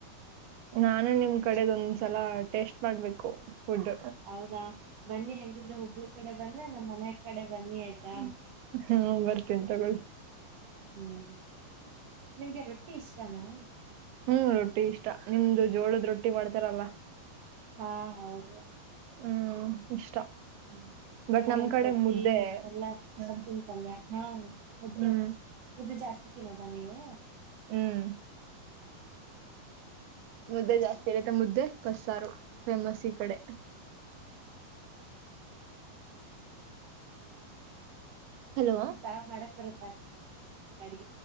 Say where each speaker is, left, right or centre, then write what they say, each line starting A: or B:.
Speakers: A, on the right; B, on the right.
A: ನಾನು ನಿಮ್ ಕಡೆದೊಂದ ಸಲ ಟೇಸ್ಟ್ ಮಾಡ್ಬೇಕು ಫುಡ್
B: ಹೌದಾ ಬನ್ನಿ ಹೆಂಗಿದ್ರೆ ಹುಬ್ಳಿ ಕಡೆ ಬಂದ್ರೆ ನಮ್ಮ್ ಮನೆ ಕಡೆ ಬನ್ನಿ ಆಯ್ತಾ
A: ಹ್ಮ ಹ್ಮ್ ಬರ್ತೇನಿ ತಗೊಳ್
B: ಹ್ಮ್
A: ಹ್ಮ್
B: ನಿಮ್ಗೆ ರೊಟ್ಟಿ ಇಷ್ಟನಾ
A: ಹ್ಮ್ ರೊಟ್ಟಿ ಇಷ್ಟ ನಿಮ್ದು ಜೋಳದ ರೊಟ್ಟಿ ಮಾಡ್ತಾರಲ್ಲ
B: ಹಾ ಹೌದು
A: ಹ್ಮ್ ಇಷ್ಟ
B: ಹ್ಮ್
A: ಬಟ್
B: ಜೋಳದ
A: ನಮ್ ಕಡೆ
B: ರೊಟ್ಟಿ
A: ಮುದ್ದೆ
B: ಎಲ್ಲಾ
A: ಹ್ಮ್
B: ಸಪ್ಪನ್ ಪಲ್ಯ ಹಾ ಮುದ್ದೆ
A: ಹ್ಮ್
B: ಮುದ್ದೆ ಜಾಸ್ತಿ ತಿನ್ನೋದಾ ನೀವು
A: ಹ್ಮ್ ಮುದ್ದೆ ಜಾಸ್ತಿ ಇರುತ್ತೆ ಮುದ್ದೆ ಬಸ್ಸಾರು ಫೇಮಸ್ ಈ ಕಡೆ ಹಲೋ
B: ಸಾರ್ ಮಾಡಕ್ ಬರುತ್ತಾ ಸರಿ